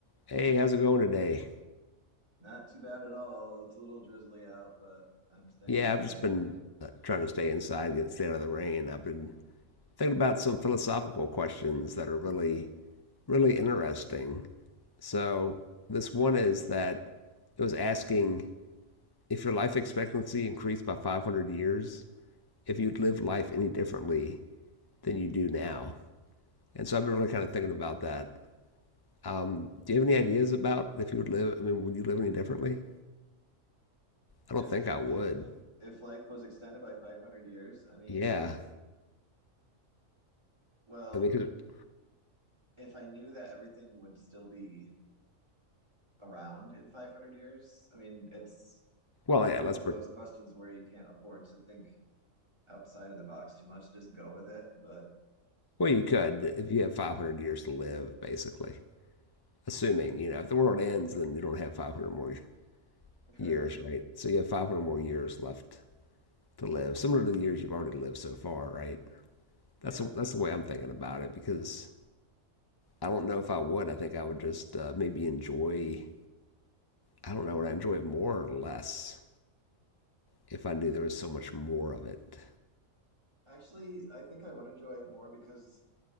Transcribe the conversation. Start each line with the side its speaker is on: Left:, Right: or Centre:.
Left: Hey, how's it going today?
Right: Not too bad at all. It's a little drizzly out, but I'm staying
Left: Yeah,
Right: inside
Left: I've just
Right: anyway.
Left: been uh, trying to stay inside and get stay out of the rain. I've been thinking about some philosophical questions that are really, really interesting. So, this one is that it was asking if your life expectancy increased by 500 years, if you'd live life any differently than you do now. And so, I've been really kind of thinking about that. Um, do you have any ideas about if you would live? I mean, would you live any differently? I
Right: If
Left: don't think I would.
Right: if if life was extended by 500 years, I mean,
Left: Yeah.
Right: well,
Left: I mean, 'cause-
Right: if I knew that everything would still be around in 500 years, I mean, it's
Left: well,
Right: probably
Left: yeah, let's
Right: one
Left: pretend.
Right: of those questions where you can't afford to think outside of the box too much. Just go with it. But
Left: Well, you could if you have 500 years to live, basically. Assuming, you know, if the world ends, then you don't have 500 more
Right: <laughs>
Left: years,
Right: right.
Left: right? So you have 500 more years left to live, similar to the years you've already lived so far, right?
Right: Yeah.
Left: That's that's the way I'm thinking about it because I don't know if I would. I think I would just uh, maybe enjoy. I don't know. Would I enjoy more or less if I knew there was so much more of it?
Right: Actually, I think I would enjoy it more because